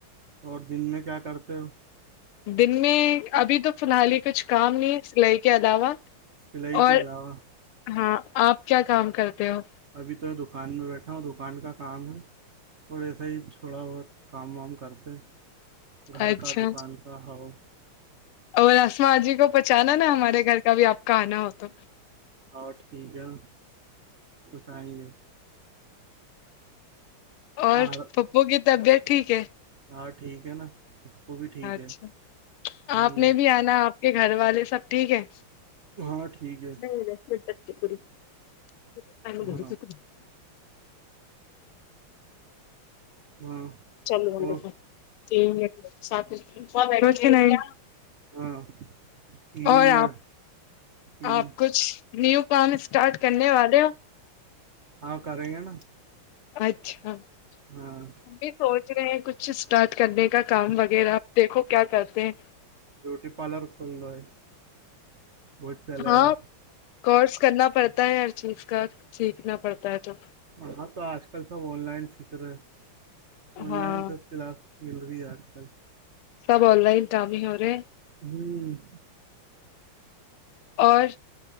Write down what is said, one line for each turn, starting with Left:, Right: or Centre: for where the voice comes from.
Right: اور دن میں کیا کرتے ہو
Left: دن میں ابھی تو ف الحال ہی کچھ کام نہیں ہے سلائی کے علاوہ
Right: فلی
Left: اور
Right: کے علاوہ
Left: ہاں آپ کیا کام کرتے ہو
Right: ابھی تو میں دکان میں بیٹھا ہوں دکان کا کام ہے اور ایسا ہی تھوڑا بہت کام وام کرتے ہیں گھر
Left: اچھا
Right: کا دکان کا ہو
Left: اور رسما جی کو پہچانا نا ہمارے گھر کا بھی آپ کا آنا ہو تو
Right: ہاں ٹھیک ہے سسیں گے
Left: اور
Right: کہاں ہر-
Left: پپو کی طبیعت ٹھیک ہے
Right: ہاں ٹھیک ہے نا وہ بھی ٹھیک
Left: اچھا
Right: ہے ہوں
Left: آپ نے بھی آنا آپ کے گھر والے سب ٹھیک ہے
Right: ہاں ٹھیک ہے
Left: نہیں پور
Right: ہاں ہاں
Left: چلو ہل
Right: اور
Left: ہے سات روز کے نہیں
Right: ہاں تین
Left: اور
Right: منٹ
Left: آپ
Right: تین
Left: آپ کچھ نیو کام اسٹارٹ کرنے والے ہو
Right: ہاں کر رہیں ہیں نا
Left: اچھا
Right: ہاں
Left: ہم بھی سوچ رہے ہیں کچھ اسٹارٹ کرنے کا کام وغیرہ دیکھو کیا کرتے ہیں
Right: بیوٹی پارلر کھلل ہے بہت چلے
Left: ہاں
Right: گا
Left: کورس کرنا پڑتا ہے ہر چیز کا سیکھنا پڑتا ہے تو
Right: ہاں تو آج کل سب آن لائن سیکھ رہے ہیں آن
Left: ہاں
Right: لائن س تلاف مل رہی ہے آج کل
Left: سب آن لائن کام ہی ہو رہے
Right: ہوں
Left: اور